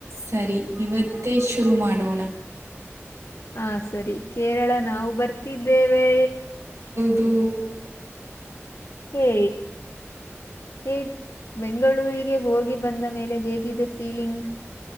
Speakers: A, on the right; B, on the left.
A: ಸರಿ ಇವತ್ತೇ ಶುರು ಮಾಡೋಣ
B: ಹಾ ಸರಿ ಕೇರಳ ನಾವು ಬರ್ತಿದ್ದೇವೆ
A: ಟೂ
B: ಏ ಏ ಬೆಂಗಳೂರಿಗೆ ಹೋಗಿದ್ದ ಬಂದ ಮೇಲೆ ಹೇಗಿದೆ ಫೀಲಿಂಗ್